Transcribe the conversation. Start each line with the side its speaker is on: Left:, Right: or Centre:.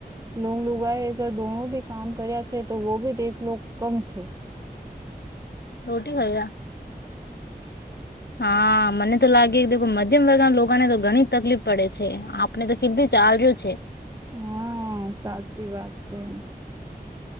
Right: લ લગ આ અગ દોનો ભી કામ કર્યા છે તો વો ભી દેખ લો કમ છે
Left: રોટી ખાઈરા હા મને તો લાગે કે મધ્યમ વર્ગના લોકોને તો ઘણી તકલીફ પડે છે આપને તો ફી બી ચાલ્યું છે
Right: હમ સાચી વાત છે